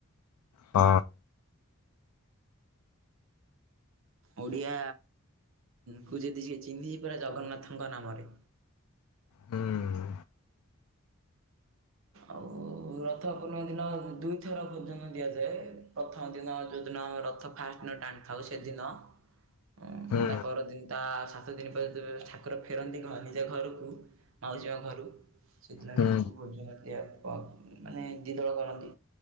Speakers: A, on the left; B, on the right.
A: ହଁ।
B: ଓଡ଼ିଆ କୁ ଯଦି ସେ ଚିହ୍ନି ପରା ଜଗନ୍ନାଥଙ୍କ ନାମରେ
A: ହୁଁ।
B: ଆଉ ରଥ ପୂର୍ଣ୍ଣି ଦିନ ଦୁଇଥର ଭୋଜନ ଦିଆଯାଏ ପ୍ରଥମ ଦିନ ଯୋଉଦିନ ଆମେ ରଥ ଫାଷ୍ଟ ଦିନ ଟାଣିଥାଉ ସେଦିନ ଓ
A: ହୁଁ
B: ତା ପର ଦିନଟା ସାତ ସାତ ଦିନି ପରେ ଠାକୁର ଫେରନ୍ତି କଣ ନିଜ ଘରକୁ ମାଉସୀ ମା ଘରୁ ସେଇଥିଲାଇଁ
A: ହୁଁ
B: ଆମ ମାନେ ଦି ଦଳ କରନ୍ତି